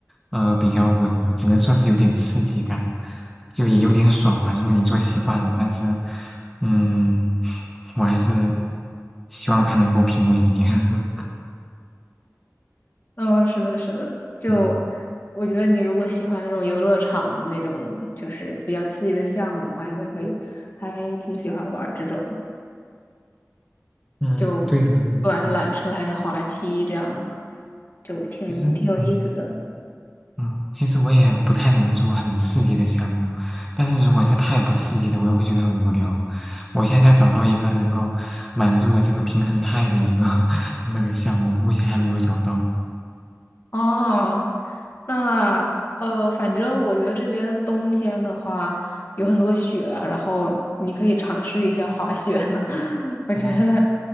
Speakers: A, in the centre; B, on the left (about 45°).
A: 呃，比较稳的，只能说是有点刺激感，就也有点爽嘛。如果你坐习惯了，但是，嗯，<laughs> 我还是希望它能够平稳一点。<laughs>
B: 嗯、是的，是的，就我觉得你如果喜欢那种游乐场那种就是比较刺激的项目的话，
A: 嗯。
B: 应该会还挺喜欢玩儿这种。
A: 嗯，
B: 就
A: 对的对，
B: 不管是缆车还是滑梯，
A: 嗯，
B: 这样就挺挺有意思的。
A: 其实嗯嗯，其实我也不太能做很刺激的项目，但是如果是太不刺激的，我又会觉得很无聊。我现在在找到一个能够满足我这个平衡态的一个 <laughs> 那个项目，目前还没有找到。
B: 哦，那呃，反正我觉得这边冬天的话有很多雪啊，然后你可以尝试一下滑雪呢。<laughs> 我觉得，
A: 嗯，